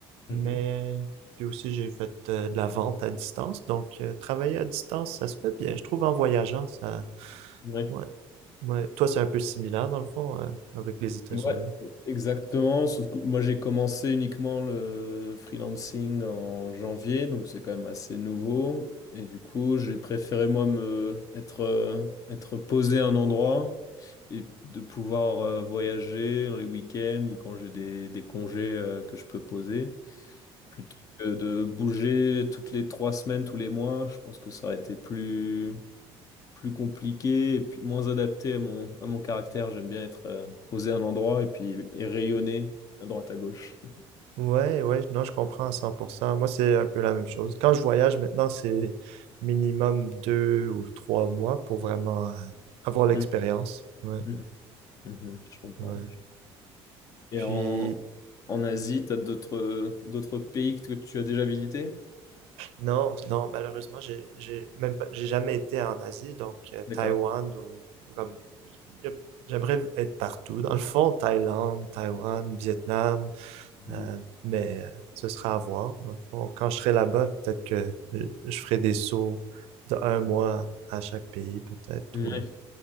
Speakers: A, on the left; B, on the right.
A: Mhm.
B: Mais puis aussi, j'ai fait euh, de la vente à distance, donc euh, travailler à distance, ça se fait bien. Je trouve en voyageant, ça...
A: Ouais.
B: Ouais, ouais. Toi, c'est un peu similaire, dans le fond, euh, avec les États-Unis.
A: Et Ouais, exactement. Sauf que moi, j'ai commencé uniquement le freelancing en janvier, donc c'est quand même assez nouveau. Et du coup, j'ai préféré, moi, me être, euh, être posé à un endroit et de pouvoir euh, voyager dans les week-ends ou quand j'ai des, des congés euh, que je peux poser, plutôt que de bouger toutes les trois semaines, tous les mois. Je pense que ça aurait été plus plus compliqué et puis moins adapté à mon, à mon caractère. J'aime bien être euh, posé à un endroit et puis et rayonner à droite à gauche.
B: Ouais, ouais, non, je comprends à 100%. Moi, c'est un peu la même chose. Quand je voyage maintenant, c'est minimum deux ou trois mois pour vraiment euh, avoir
A: Mhm,
B: l'expérience. Ouais,
A: mhm, mhm, je comprends.
B: ouais.
A: Et
B: Puis,
A: en, en Asie, tu as d'autres d'autres pays que tu as déjà visités?
B: non, non, malheureusement, j'ai, j'ai même pas, j'ai jamais été en Asie, donc euh,
A: D'accord.
B: Taïwan ou ou comme, y a- j'aimerais être partout. Dans le fond, Thaïlande, Taïwan, Vietnam,
A: Mhm.
B: Euh, mais euh, ce sera à voir. Dans le fond, quand je serai là-bas, peut-être que je, je ferai des sauts de un mois à chaque pays, peut-être.
A: Ouais.
B: Ou...